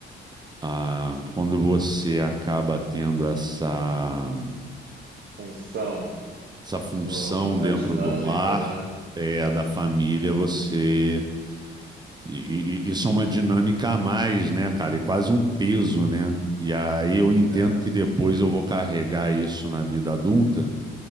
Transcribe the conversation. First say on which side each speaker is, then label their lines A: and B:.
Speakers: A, on the right; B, on the right.
A: a, quando você acaba tendo essa,
B: Função
A: essa função
B: no, na
A: dentro
B: dinâmica,
A: do lar,
B: né?
A: é, da família, você. E, e- isso é uma dinâmica a mais, né, cara? E quase um peso, né? E aí eu entendo
B: É,
A: que depois eu vou carregar isso na vida adulta,